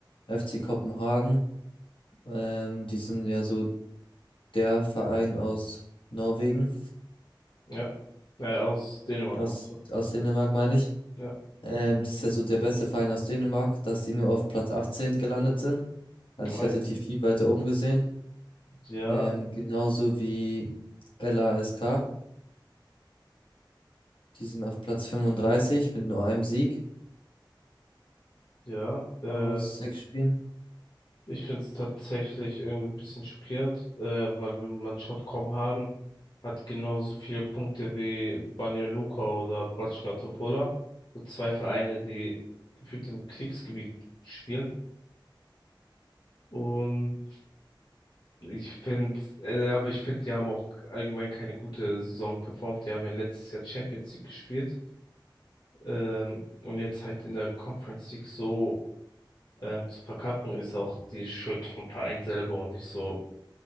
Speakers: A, on the left; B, on the left.
A: FC Kopenhagen, ähm, die sind ja so der Verein aus Norwegen,
B: Ja, äh, aus Dänemark
A: aus,
B: meinst du?
A: aus Dänemark meine ich.
B: Ja,
A: Ähm, das ist ja so der beste Verein aus Dänemark, dass sie nur auf Platz 18 gelandet sind. Also
B: ja,
A: ich hatte die viel weiter oben gesehen.
B: ja.
A: Ähm, genauso wie LASK, die sind auf Platz 35 mit nur einem Sieg
B: ja. Äh,
A: aus sechs Spielen.
B: Ich finde es tatsächlich irgendwie ein bisschen schockierend, ähm, weil wenn man schaut, Kopenhagen hat genauso viele Punkte wie Banja Luka oder Bačka Topola. So zwei Vereine, die gefühlt im Kriegsgebiet spielen. Und ich finde, äh, aber ich finde, die haben auch allgemein keine gute Saison performt. Die haben ja letztes Jahr Champions League gespielt. Ähm, und jetzt halt in der Conference League so ähm, zu verkacken, ist auch die Schuld vom Verein selber und nicht so